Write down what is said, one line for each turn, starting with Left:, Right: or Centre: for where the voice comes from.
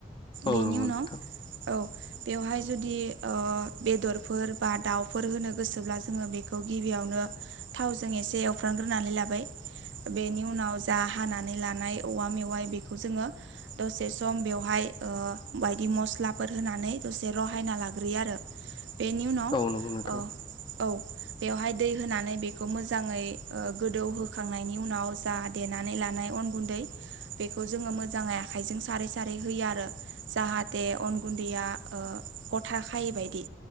Left: औ
Right: बेनि
Left: नंगौ
Right: उनाव
Left: नोंथां
Right: औ बेवहाय जुदि ओ बेदरफोर बा दाउफोर होनो गोसोब्ला जोङो बेखौ गिबियावनो थावजों एसे एवफ्रांग्रोनानै लाबाय बेनि नि उनाव जा हानानै लानाय औवा मेवाइ बेखौ जोङो दसे सम बेवहाय ओ बायदि मस्लाफोर होनानै दसे रहायना लाग्रोयो आरो। बेनि उनाव
Left: औ नंगौ नोंथां
Right: ओ औ बेवहाय दै होनानै बेखौ मोजाङै गोदौहोखांनायनि उनाव जा देनानै लानाय अन गुन्दै बेखौ जोङो मोजाङै आखाइजों सारै सारै होयो आरो जाहाथे अन गुन्दैया ओ गथा खायै बायदि